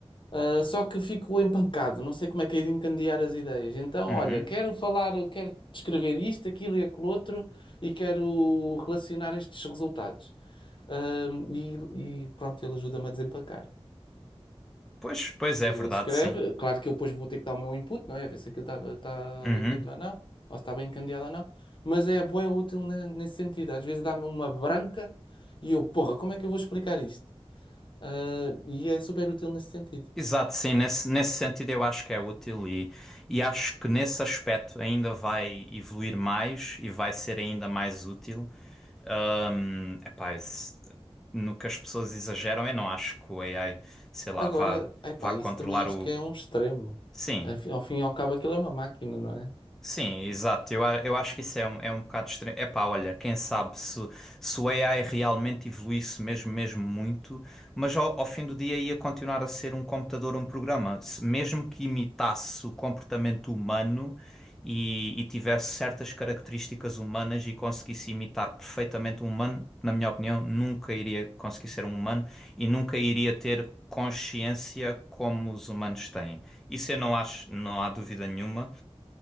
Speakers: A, on the left; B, in the centre.
A: ah, só que fico empancado, não sei como é que é de encandear as ideias. Então,
B: uhum.
A: olha, quero falar, quero descrever isto, aquilo e aquilo outro e quero relacionar estes resultados. Ah, e, e pronto, ele ajuda-me a desempacar.
B: Pois, pois
A: Ele
B: é verdade,
A: escreve,
B: sim.
A: claro que eu depois vou ter que dar o meu input, não é? Ver se aquilo está está
B: Uhum.
A: bem feito ou não, ou se está bem encandeado ou não, mas é bué útil ne- nesse sentido. Às vezes dá-me uma branca e eu, porra, como é que eu vou explicar isto? Ah, e é super útil nesse sentido.
B: Exato, sim, nesse, nesse sentido eu acho que é útil e, e acho que nesse aspecto ainda vai evoluir mais e vai ser ainda mais útil. Hum, epá, esse- no que as pessoas exageram, eu não acho que o AI, sei lá,
A: Agora,
B: vá,
A: epá,
B: vá
A: isso
B: controlar
A: também acho
B: o.
A: que é um extremo.
B: Sim,
A: Afi- Ao fim e ao cabo, aquilo é uma máquina, não é?
B: Sim, exato. Eu, a- eu acho que isso é um, é um bocado estranho. Epá, olha, quem sabe se, se o AI realmente evoluísse mesmo, mesmo muito, mas ao, ao fim do dia ia continuar a ser um computador, um programa. Se- mesmo que imitasse o comportamento humano e, e tivesse certas características humanas e conseguisse imitar perfeitamente um humano, na minha opinião, nunca iria conseguir ser um humano e nunca iria ter consciência como os humanos têm. Isso eu não acho, não há dúvida nenhuma.